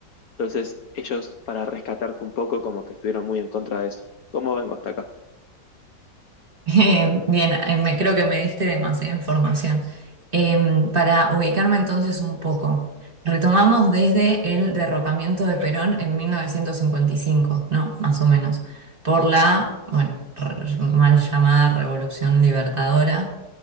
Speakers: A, on the left; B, on the right.
A: Entonces ellos, para rescatarse un poco, como que estuvieron muy en contra de eso. ¿Cómo vengo hasta acá?
B: Eh, bien, eh, me, creo que me diste demasiada información. Em, para ubicarme entonces un poco, retomamos desde el derrocamiento de Perón en 1955, ¿no? Más o menos, por la, bueno, re- mal llamada Revolución Libertadora,